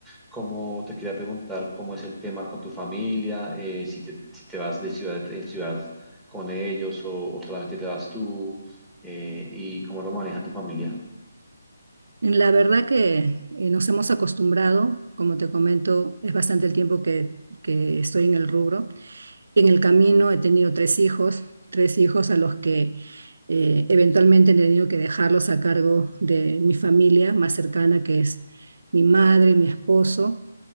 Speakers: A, in the centre; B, on the right (about 70°).
A: como te quería preguntar cómo es el tema con tu familia, eh, si te, si te vas de ciudad en ciudad con ellos o, o solamente te vas tú eh, y cómo lo maneja tu familia.
B: La verdad que eh, nos hemos acostumbrado, como te comento, es bastante el tiempo que, que estoy en el rubro. en el camino he tenido tres hijos, tres hijos a los que eh, eventualmente he tenido que dejarlos a cargo de mi familia más cercana, que es mi madre, mi esposo.